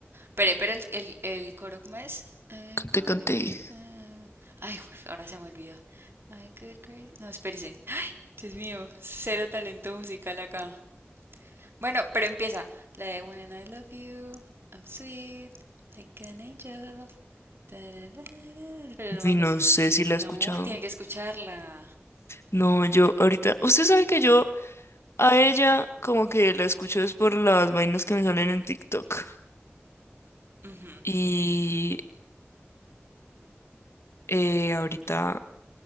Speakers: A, on the right; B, on the left.
A: Pero, pero el, el, el coro, ¿cómo es? Eh,
B: Cante,
A: voy
B: cante.
A: a dar- Ay, güey, ahora se me olvidó. My good grace. No, espérese. <gasps> Dios mío, cero talento musical acá. Bueno, pero empieza. La de When I love you, I'm sweet, like an angel. Ta, da, da, da, da, Pero no me
B: Uy,
A: acuerdo.
B: no sé si
A: No,
B: la he escuchado.
A: tiene que escucharla.
B: No, yo ahorita... Usted sabe que yo A ella como que la escucho es por las vainas que me salen en TikTok.
A: Ujú.
B: Y eh, ahorita